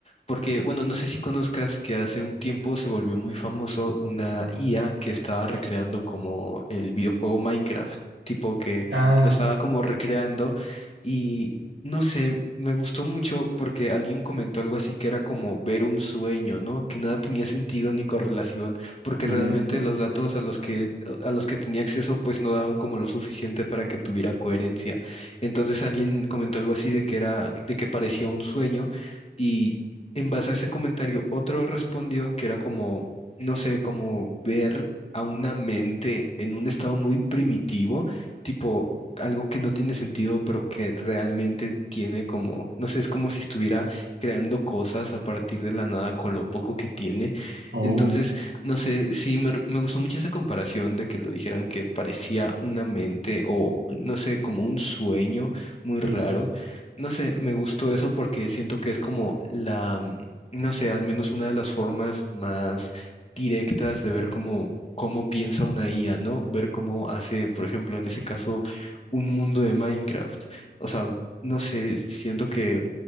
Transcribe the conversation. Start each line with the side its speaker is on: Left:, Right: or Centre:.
Left: porque, bueno, no sé si conozcas que hace un tiempo se volvió muy famoso una IA que estaba recreando como el videojuego Minecraft, tipo que
Right: Ah,
Left: lo estaba como recreando y... No sé, me gustó mucho porque alguien comentó algo así que era como ver un sueño, ¿no? Que nada tenía sentido ni correlación, porque
Right: cierto.
Left: realmente los datos a los que lo- a los que tenía acceso pues no daban como lo suficiente para que tuviera coherencia. Entonces alguien comentó algo así de que era, de que parecía un sueño y en base a ese comentario otro respondió que era como, no sé, como ver a una mente en un estado muy primitivo, tipo algo que no tiene sentido, pero que realmente tiene como, no sé, es como si estuviera creando cosas a partir de la nada con lo poco que tiene.
Right: Oh,
Left: Entonces, no sé, sí, me, me gustó mucho esa comparación de que lo dijeran que parecía una mente o, no sé, como un sueño muy raro.
Right: sí,
Left: No sé, me gustó eso porque siento que es como la, mm, no sé, al menos una de las formas más directas de ver cómo, cómo piensa una IA, ¿no? Ver cómo hace, por ejemplo, en ese caso, un mundo de Minecraft. O sea, no sé, siento que